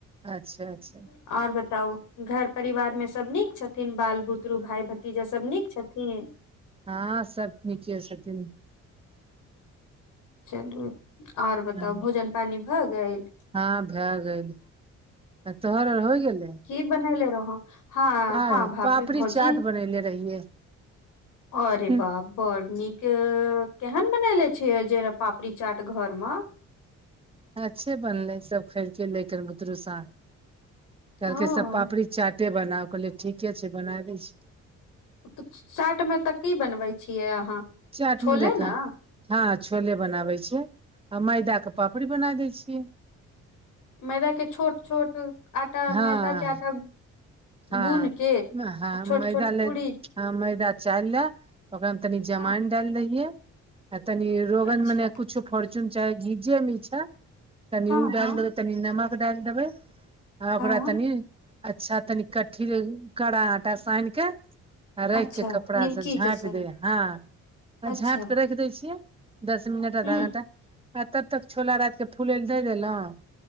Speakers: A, on the right; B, on the left.
A: अच्छा अच्छा
B: और बताउ घर परिवार में सब नीक छथिन बाल बुतरु भाय भतीजा सब नीक छथिन
A: हँ सभ नीके छथिन
B: चलू आ ओर बताउ
A: हँ
B: भोजन पानी भऽ गेल
A: हँ भए गेल तोहर आर होइ गेलै
B: की बनैले रहौ हँ
A: आज
B: हँ भाभी
A: पापड़ी
B: भौजी
A: चाट बनैले रहियै
B: अ रेऽ
A: हूँ,
B: बा बड नीके केहन बनेले छिय जेना पापड़ी चाट घर म
A: अच्छे बनले सब खयलके लै बुतरू स कहलकै
B: ओ,
A: सब पापड़ी चाट बनाउ कहलियै ठीके छै बना दै छी
B: तऽ चाट मे तऽ की बनबै छियै अहाँ
A: चाट
B: छोले
A: मे देखा
B: ने?
A: हँ छोले बनाबै छिय आ मैदा के पापड़ी बना दै छियै
B: मैदा के छोट छोट आटा मैदा
A: हँ
B: के आटा
A: हँ
B: गूनि के
A: हँ
B: आ छोट-छोट
A: मैदा ल
B: पूरी
A: ह मैदा चायलऽ ओकरा मे तनी जमायन
B: हाँ,
A: डायल दयलिए तनी रोमन
B: अच्छा।
A: मे कुछो फोर्च्यून चाय घीजे मिछा तनि
B: हाँ,
A: ओ डाल
B: हाँ,
A: देबै तनि नमक डालि देबै आ ओकरा
B: हाँ,
A: तनि अच्छा तनि कठील करा आटा सानि कऽ आ
B: अच्छा,
A: राख केऽ कपड़ा
B: निमकी
A: से झाँपि
B: जैसन,
A: दे हँ आ
B: अच्छा।
A: झाँप के रख दय छियै दस मिनट आधा
B: हुँ,
A: घंटा आ तब तक छोला राति के फुलै ल दे देलहुं